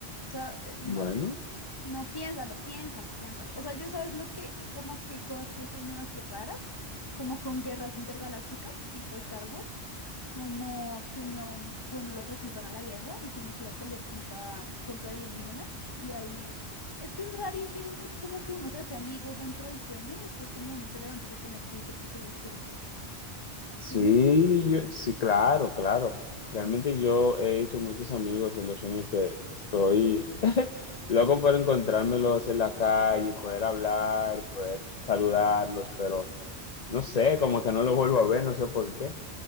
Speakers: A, on the left (about 20°); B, on the left (about 40°).
A: O sea, eh, no.
B: Bueno,
A: No, piénsalo, piénsalo, piénsalo. O sea, yo sabes lo que, Eh, como que cosas que he soñado así raras, como con guerras intergalácticas, tipo Star Wars, como que uno, mm, que uno lo reclutan a la guerra y tiene que ir a pelear contra, contra alienígenas. Y ahí, es que es rarísimo porque como que uno se hace amigos dentro del sueño y después cuando uno se levanta se pone triste porque los perdió.
B: sí,
A: ¿Tiene sentido?
B: yo- sí, claro, claro. Realmente yo he hecho muchos amigos en los sueños que estoy <laughs> loco por encontrármelos en la calle, y poder hablar, y poder saludarlos, pero no sé, como que no los vuelvo a ver, no sé por qué.